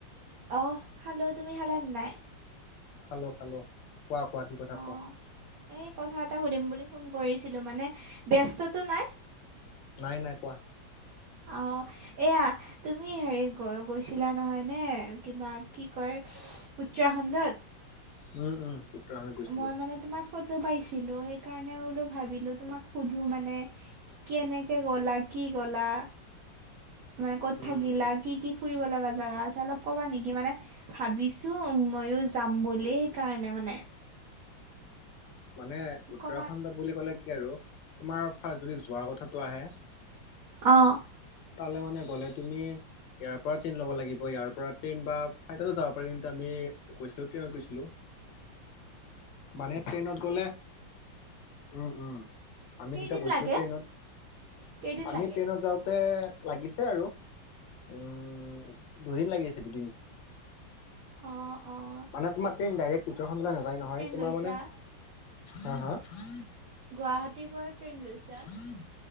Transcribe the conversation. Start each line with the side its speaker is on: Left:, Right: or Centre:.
Right: অহ, খালোঁ, তুমি খালান নাই?
Left: খালোঁ, খালোঁ, কোৱা, কোৱা কি কথা
Right: অ'
Left: কোৱা।
Right: এই কথা এটা সুধিম বুলি ফোন কৰিছিলোঁ, মানে ব্যস্তটো নাই?
Left: নাই, নাই, কোৱা।
Right: অ', এইয়া, তুমি হেৰিত গৈ গৈছিলা নহয়নে কিবা কি কয়, উচ্ছৰাখণ্ডত?
Left: উম, উম। উত্তৰাখণ্ড গৈছিলো
Right: মই মানে তোমাৰ ফটো পাইছিলোঁ, সেইকাৰণে বোলো ভাবিলোঁ তোমাক সুধো মানে কেনেকৈ গ'লা, কি গ'লা? মানে ক'ত
Left: উম
Right: থাকিলা? কি, কি ফুৰিব লগা জেগা আছে, অলপ ক'বা নেকি মানে? ভাবিছোঁ ময়ো যাম বুলি, কাৰণে মানে।
Left: মানে উত্তৰাখণ্ডত
Right: ক'বাত
Left: বুলি ক'লে কি আৰু তোমাৰ ফাৰ্ষ্ট যদি যোৱাৰ কথাটো আহে
Right: অ'।
Left: তালে মানে গ'লে তুমি ইয়াৰ পৰা ট্ৰেইন ল'ব লাগিব, ইয়াৰ পৰা ট্ৰেইন বা ফ্লাইটতো যাব পাৰি, কিন্তু আমি গৈছিলোঁ ট্ৰেইনত গৈছিলোঁ, মানে ট্ৰেইনত গ'লে উম, উম, আমি
Right: কেইদিন
Left: যেতিয়া গৈছিলোঁ
Right: লাগে
Left: ট্ৰেইনত,
Right: কেইদিন
Left: আমি
Right: লাগে
Left: ট্ৰেইনত যাওঁ তে, লাগিছে আৰু, উম, দুদিন লাগিছে দুদিন।
Right: অ', অ'।
Left: মানে তোমাৰ ট্ৰেইন ডাইৰেক্ট উত্তৰাখণ্ডলৈ নাযায় নহয়, তোমাৰ
Right: লৈছা
Left: মানে, হা, হা?
Right: গুৱাহাটীৰ পৰা ট্ৰেইন লৈছা?
Left: উম,